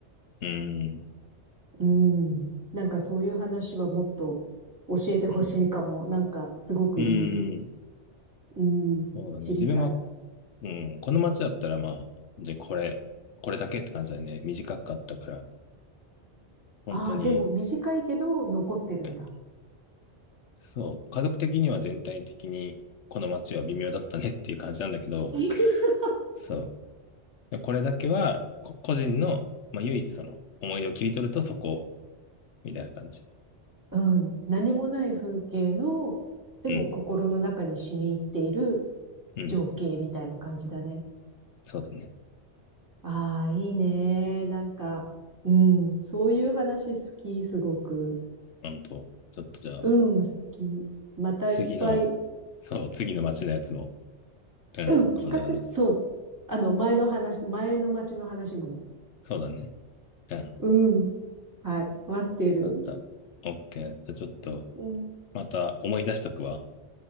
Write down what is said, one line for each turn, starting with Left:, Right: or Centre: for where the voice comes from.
Left: うん。
Right: うん。なんかそういう話はもっと教えてほしいかも。
Left: うん。
Right: なんかすごくいい。
Left: うん。
Right: うん。
Left: そうだね。
Right: 知りたい。
Left: 自分は、うん、この街だったらまあ、で、これ、これだけって感じだね。短かったから、本当に、
Right: ああ、でも短いけど残ってるんだ。
Left: うん、そう、家族的には全体的にこの街は微妙だったねっていう感じなんだけど、
Right: <laughs>
Left: そう、でこれだけはこ個人の、まあ、唯一その思い出を切り取るとそこ、みたいな感じ。
Right: うん。何もない風景の、でも心の中に染み入っている
Left: うん、うん、
Right: 情景みたいな感じだね。
Left: そうだね。
Right: ああ、いいね。なんか、うん。そういう話好き、すごく。
Left: うんと、ちょっとじゃあ、
Right: うん、好き。またいっぱい。
Left: 次の、そう、次の街のやつも、うん、
Right: うん、
Left: 今度話す。
Right: 聞かせ、そう。あの、前の話、前の町の話もね。
Left: そうだね。うん。
Right: うん。はい。待ってる。
Left: あった。オッケー。じゃあちょっと、
Right: うん。
Left: また思い出しとくわ。